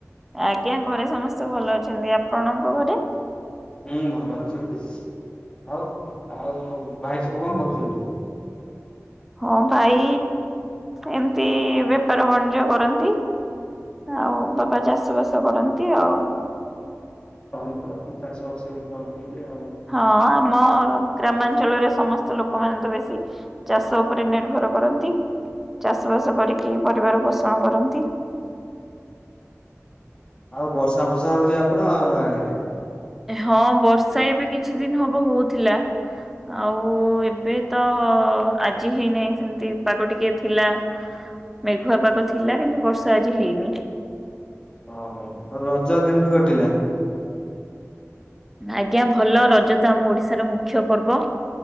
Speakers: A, in the centre; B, on the left.
A: ଆଜ୍ଞା ଘରେ ସମସ୍ତେ ଭଲ ଅଛନ୍ତି, ଆପଣଙ୍କ ଘରେ?
B: ହୁଁ, ଭଲ ଅଛନ୍ତି ଆଉ ଆଉ ଭାଇ ସବୁ କଣ କରୁଚନ୍ତି।
A: ହଁ ଭାଇ ଏମିତି ବେପାର ବାଣିଜ କରନ୍ତି। ଆଉ ବାପା ଚାଷ ବାସ କରନ୍ତି ଆଉ।
B: ସମତେ ତ ଚାଷ ବାସ ଏଇକା ହଉଛନ୍ତି ଆଉ।
A: ହଁ ଆମ ଗ୍ରାମାଞ୍ଚଳରେ ସମସ୍ତ ଲୋକମାନେ ତ ବେଶୀ। ଚାଷ ଉପରେ ନିର୍ଭର କରନ୍ତି। ଚାଷ ବାସ କରିକି ପରିବାର ପୋଷଣ କରନ୍ତି।
B: ଆଉ ବର୍ଷା ଫର୍ଷା ହଉଛି ଆପଣଙ୍କ ଆଡେ।
A: ହଁ ବର୍ଷା ଏବେ କିଛି ଦିନ ହବ ହଉଥିଲା ଆଉ ଏବେ। ତ ଆଜି ହେଇନାହିଁ ସେମିତି ପାଗ ଟିକେ ଥିଲା। ମେଘୁଆ ପାଗ ଥିଲା କିନ୍ତୁ ବର୍ଷା ଆଜି ହେଇନି।
B: ଅ ହୋ ଆଉ ରଜ କେମିତି କଟିଲା।
A: ଆଜ୍ଞା ଭଲ ରଜ ତ ଆମ ଓଡିଶାର ମୁଖ୍ୟ ପର୍ବ